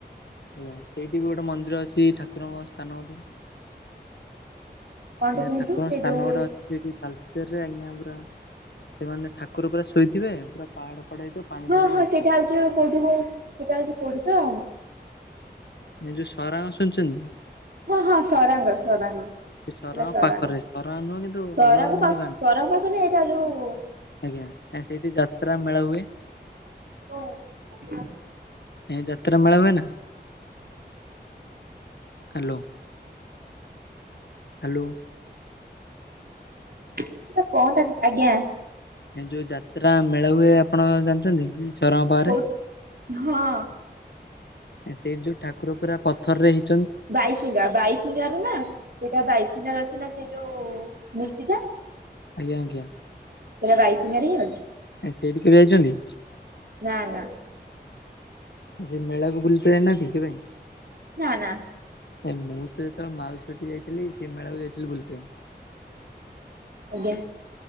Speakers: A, on the left (about 75°); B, on the right (about 60°).
A: ହୁଁ, ସେଇଠି ବି ଗୋଟେ ମନ୍ଦିର ଅଛି ଠାକୁରଙ୍କ ସ୍ଥାନ ଗୋ
B: କଣଟେ
A: ଆଜ୍ଞା,
B: କୁହନ୍ତୁ
A: ଠାକୁରଙ୍କ
B: ସେ
A: ସ୍ଥାନ
B: ଯୋଉ
A: ଗୋଟେ ଅଛି ସେଠି ତାଲଚେର ରେ ଆଜ୍ଞା ଗୋ ପା ସେମାନେ ଠାକୁର ପୁରା ଶୋଇଥିବେ ପୁରା ପାହାଡ ଫାହାଡ ହେଇଥିବ ପାଣି
B: ହଁ
A: ପୁଣା
B: ହଁ
A: ଯାଉଥିବ
B: ସେଇଟା ହଉଚି ଯୋ କୋଉଠିି ସେଇଟା ହଉଚି କୋଉଠି ତ
A: ଏ ଯୋଉ ସରାଙ୍ଗ ଶୁଣିଚନ୍ତି?
B: ହଁ ହଁ ସରାଙ୍ଗ ସରାଙ୍ଗ। ସେଟା
A: ସେ
B: ସରାଙ୍ଗ।
A: ପାଖରେ ସରାଙ୍ଗ ନୁହଁ କିନ୍ତୁ
B: ସରାଙ୍ଗ
A: ଅଲଗା କିନ୍ତୁ
B: ପାଖ
A: ଗାଁ
B: ସରାଙ୍ଗ ମାନେ ଏଇଟା ଯୋଉ
A: ଆଜ୍ଞା ଆ ସେଇଠି ଯାତ୍ରା ମେଳା ହୁଏ।
B: ଓ ହୋ।
A: ଏ ଯାତ୍ରା ମେଳା ହୁଏ ନା, ହାଲୋ। ହାଲୋ।
B: ସେଟା କଣଟା କି ଆଜ୍ଞା।
A: ଏ ଯୋଉ ଯାତ୍ରା ମେଳା ହୁଏ ଆପଣ ଜାଣିଛନ୍ତି? ସରଙ୍କ ପାଖରେ
B: କୋଉ ହଁ।
A: ଏ ସେଇଠି ଯୋଉ ଠାକୁର ପୁରା ପଥର ରେ ହେଇ
B: ବାଇଶୀଙ୍ଗା ବାଇଶିଙ୍ଗା ରୁ ନା, ସେଇଟା ବାଇସୀଙ୍ଗା ର ଅଛି ନା ସେଇ ଯୋଉ ମୂର୍ତ୍ତିଟା।
A: ଆଜ୍ଞା ଆଜ୍ଞା।
B: ସେଇଟା ବାଇସିଙ୍ଗାରେ ହିଁ ଅଛି।
A: ଆ ସେଇଠି କେବେ ଯାଇଚନ୍ତି?
B: ନା ନା
A: ଯେ ମେଳାକୁ ବୁଲିତେ ଯାଇନାହାନ୍ତି କେବେ?
B: ନା ନା।
A: ଆ ମୁଁ ତ ଯେତେବେଳେ ମାଉସୀ ଘଟିକି ଯାଇଥିଲି ସେ ମେଳାକୁ ଯାଇଥିଲି ବୁଲିତେ।
B: ଆଜ୍ଞା।